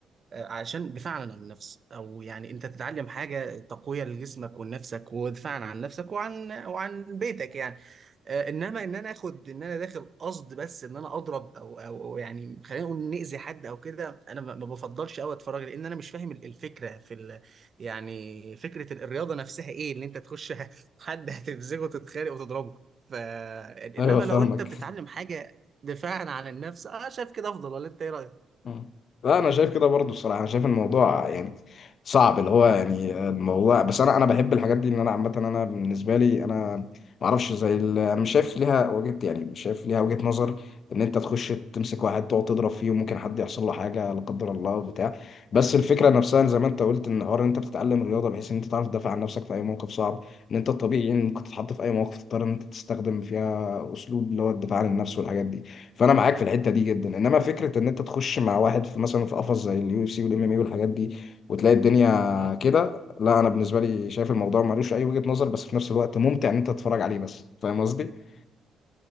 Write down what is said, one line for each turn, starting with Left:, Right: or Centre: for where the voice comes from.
Right: آه، عشان دفاعا عن النفس او يعني انت تتعلم حاجه تقويه لجسمك ولنفسك ودفاعا عن نفسك وعن وعن بيتك يعني آه، انما ان انا اخد ان انا داخل قصد بس ان انا اضرب او او أو يعني خلينا نقول ناذي حد او كده انا ما ما بفضلش قوي اتفرج لان انا مش فاهم ال- الفكره في ال... يعني فكره ال- الرياضه نفسها ايه ان انت تخش <laughs> حد هتفزغه وتتخانق وتضربه ف انما
Left: ايوه فاهمك
Right: لو انت بتتعلم حاجه دفاعا عن النفس اه شايف كده افضل ولا انت ايه رايك؟
Left: مم. لا انا شايف كده برضو الصراحه انا شايف الموضوع يعني صعب اللي هو يعني الموضوع بس انا انا بحب الحاجات دي ان انا عامه انا بالنسبه لي انا ما اعرفش زي ال- انا مش شايف ليها وجهه يعني مش شايف ليها وجهه نظر ان انت تخش تمسك واحد تقعد تضرب فيه وممكن حد يحصل له حاجه لا قدر الله وبتاع بس الفكره نفسها زي ما انت قلت ان حوار ان انت بتتعلم رياضه بحيث ان انت تعرف تدافع عن نفسك في اي موقف صعب ان انت الطبيعي ان ممكن تتحط في اي موقف تضطر ان انت تستخدم فيها اسلوب اللي هو الدفاع عن النفس والحاجات دي فانا معاك في الحته دي جدا انما فكره ان انت تخش مع واحد في مثلا في قفص زي اليو اف سي والام ام اي والحاجات دي وتلاقي الدنيا
Right: اه
Left: كده لا انا بالنسبه لي شايف الموضوع ملوش اي وجهه نظر بس في نفس الوقت ممتع ان انت تتفرج عليه بس فاهم قصدي